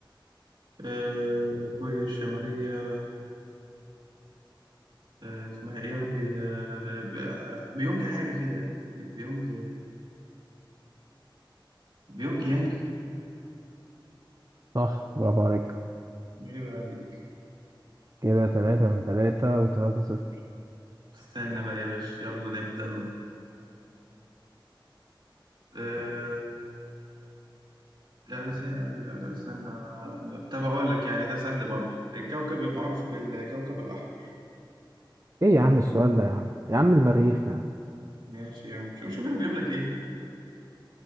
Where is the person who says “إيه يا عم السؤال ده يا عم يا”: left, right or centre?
Right